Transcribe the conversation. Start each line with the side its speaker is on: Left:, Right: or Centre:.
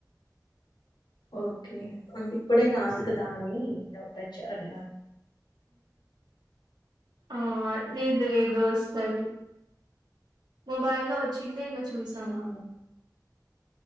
Left: ఓకే అంటే ఇప్పుడే రాదు కదా అని డౌట్ వచ్చి అడిగాను
Right: ఆ లేదు లేదు వస్తది మొబైల్లో వచ్చింటే ఇంగ చూసాము
Left: అవును